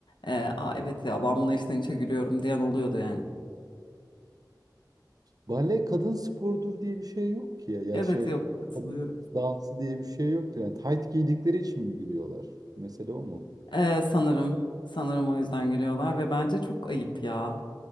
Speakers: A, on the left; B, on the right.
A: Ee, Aa, evet ya ben buna içten içe gülüyorum diyen oluyordu yani.
B: Bale kadın sporudur diye bir şey yok ki ya. Ya
A: Evet
B: şey
A: yok katılıyorum.
B: kadın dansı diye bir şey yoktu. Yani tayt giydikleri için mi gülüyorlar? Mesele o mu?
A: Ee, sanırım sanırım o yüzden gülüyorlar ve bence çok ayıp ya.